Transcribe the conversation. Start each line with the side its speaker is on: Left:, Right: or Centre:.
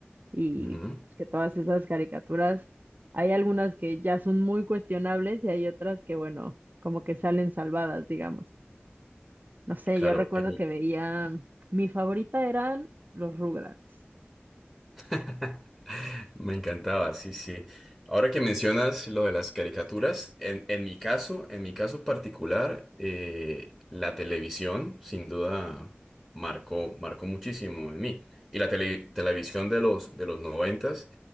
Right: y
Left: ujú.
Right: pues, que todas esas caricaturas, hay algunas que ya son muy cuestionables y hay otras que, bueno, como que salen salvadas, digamos. No sé,
Left: Claro,
Right: yo recuerdo
Left: en mi,
Right: que veía, mi favorita eran los Rugrats.
Left: <laughs> Me encantaba, sí, sí. Ahora que mencionas lo de las caricaturas, en, en mi caso, en mi caso particular, eh, la televisión sin duda marcó, marcó muchísimo en mí. Y la tele- televisión de los, de los noventas,